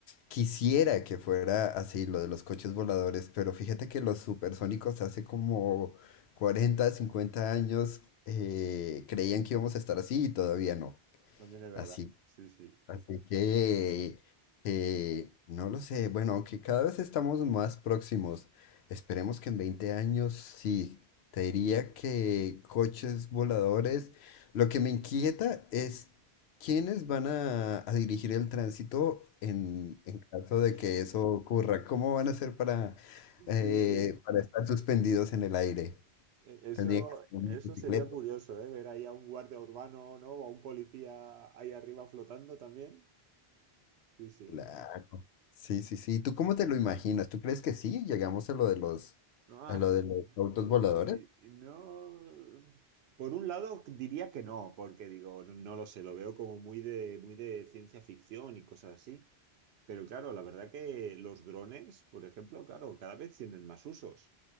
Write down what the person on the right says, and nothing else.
También es verdad.
Sí, sí.
<laughs>
Sí,
sí.
E- Eso,
eso
sería curioso, ¿eh? Ver ahí a un guardia urbano, ¿no? O a un policía ahí arriba flotando también. Sí, sí.
Ah,
eh,
no. Por un lado diría que no, porque digo, no, no lo sé, lo veo como muy de, muy de ciencia ficción y cosas así. Pero claro, la verdad que los drones, por ejemplo, claro, cada vez tienen más usos.